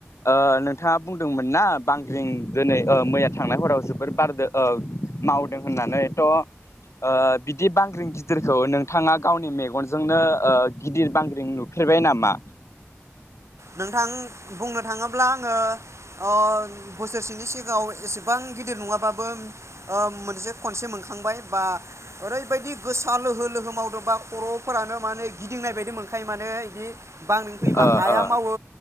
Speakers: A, on the left; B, on the right.
A: ओ नोंथाङा बुंदोंमोन ना बांग्रिं दिनै मैया थांनाय हराव जोबोर बारदो मावदों होननानै थ' बिदि बांग्रिं गिदिरखौ नोंथाङा गावनि मेगनजोंनो गिदिर बांग्रिं नुफेरबाय नामा
B: नोंथां बुंनो थाङोब्ला आङो अ बोसोरसेनि सिगाङाव एसेबां गिदिर नङाबाबो मोनसे खनसे मोनखांबाय बा ओरैबायदि गोसा लोहो लोहो मावदोंबा खर'फोरानो माने गिदिंनाय बायदि मोनखायो माने बे बांग्रिं फैबा
A: ओ
B: हायााम
A: ओ
B: मावो